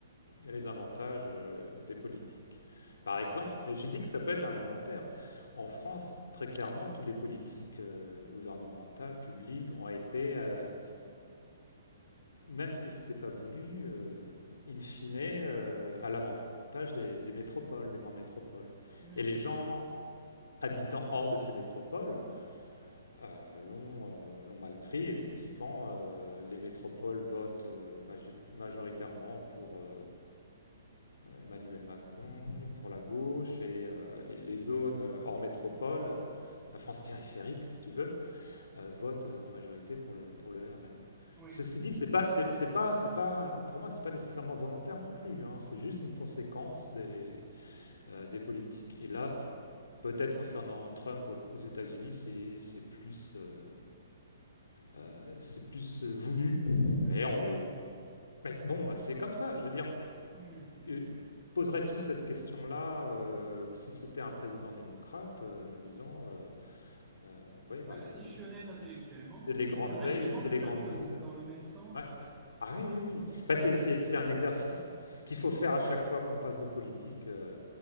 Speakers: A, on the left (about 85°); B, on the right (about 20°).
A: les avantages, heu, des politiques. Par exemple mais j'ai dit que ça peut être involontaire. En France, très clairement, toutes les politiques, heu, gouvernementales, publiques ont été, heu, même si c'était pas voulu, euh, in fine, euh, à l'avantage des, des métropoles, des grandes métropoles.
B: Hmm.
A: Et les gens habitant hors de ces métropoles euh, l'ont euh, mal pris. Effectivement, euh, les métropoles votent euh, majoritairement pour euh, Emmanuel Macron, pour la gauche, et euh, les, les zones euh, hors métropole, la France périphérique si tu veux, euh, votent en majorité pour le, pour le RN.
B: Oui,
A: Ceci dit, c'est pas, c'est, c'est pas, c'est pas, pour moi, c'est pas nécessairement volontaire non plus. hein. C'est juste une conséquence des, euh, des politiques. Et là, peut-être concernant Trump au- aux États-Unis, c'est, c'est plus, euh, euh, c'est plus euh, voulu.
B: bah
A: Mais
B: oui.
A: on, mais bon, c'est comme ça. Je veux dire,
B: Hmm.
A: euh, poserais-tu cette question-là euh, si c'était un président démocrate, euh, disant, euh, euh, ouais, bah
B: Ah,
A: les,
B: si je suis honnête intellectuellement,
A: c'est les grandes
B: il faudrait
A: villes,
B: également
A: c'est
B: que
A: les
B: je la
A: grandes
B: pose
A: villes.
B: dans le même sens.
A: Ouais.
B: euh,
A: Ah oui,
B: euh,
A: oui, oui.
B: bon.
A: Bah, c'est, c'est, c'est un exercice qu'il faut faire à chaque fois qu'on passe de politique. euh,